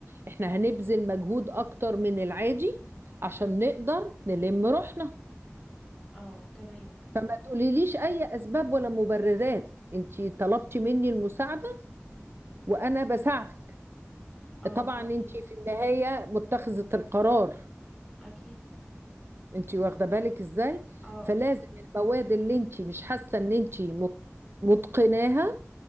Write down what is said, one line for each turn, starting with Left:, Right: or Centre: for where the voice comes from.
Right: احنا هنبذل مجهود اكتر من العادي عشان نقدر نلم روحنا
Centre: اه تمام
Right: فما تقوليليش اي اسباب ولا مبررات انتي طلبتي مني المساعدة وانا بساعدك
Centre: اه
Right: طبعا
Centre: اكيد
Right: انتي في النهاية متخذة القرار
Centre: اكيد
Right: انتي واخدة بالك ازاي
Centre: اه
Right: فلازم المواد اللي انتي مش حاسة ان انتي مت- متقناها